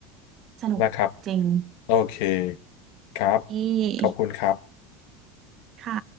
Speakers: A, on the right; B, on the left.
A: สนุกจริง
B: นะครับโอเคครับ
A: นี่
B: ขอบคุณครับ
A: ค่ะ